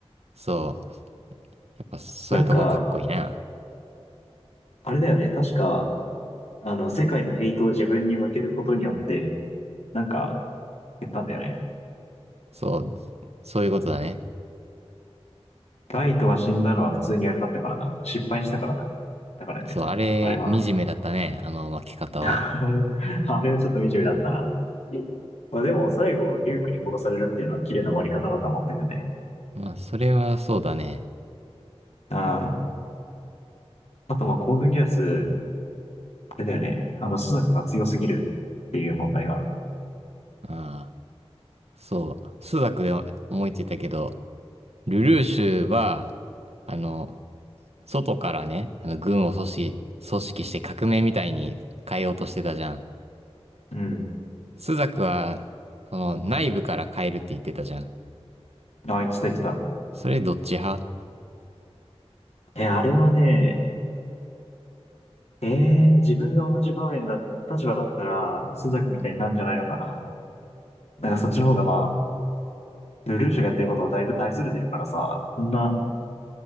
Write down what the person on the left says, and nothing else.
なんか、あれだよね、確か、あの、世界のヘイトを自分に向けることによって、なんか、やったんだよね。
ライトが死んだのは普通にあれだったからな。失敗したからな。だからね、
あれは。
<laughs> あれ、あれはちょっと惨めだったな。まあでも、最後、リュークに殺されるっていうのは綺麗な終わり方だと思ったけどね。
ああ。あと、まあ、コードギアス、あれだよね。あの、朱雀が強すぎるっていう問題が。
うん。
うん。
あ、来た来た。
え、あれはね、えー、自分が同じ場面だ、立場だったら、朱雀みたいになんじゃないのかな。なんかそっちの方がまあ、ルルーシュがやってることはだいぶ大それてるからさ、そんな、